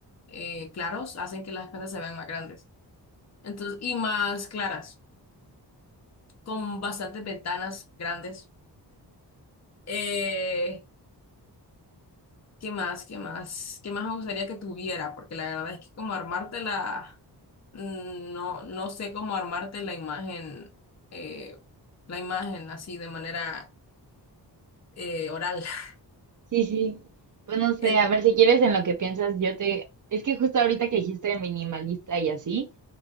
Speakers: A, on the left; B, on the right.
A: eh, claros hacen que las casas se vean más grandes. Entonces, y más claras, con bastantes ventanas grandes. Eh, ¿qué más? ¿Qué más? ¿Qué más me gustaría que tuviera? Porque la verdad es que como armarte la, mm, no, no sé cómo armarte la imagen, eh, la imagen así de manera eh, oral. <laughs>
B: Sí, sí. Pues no sé,
A: Ent-
B: a ver si quieres en lo que piensas, yo te... Es que justo ahorita que dijiste minimalista y así,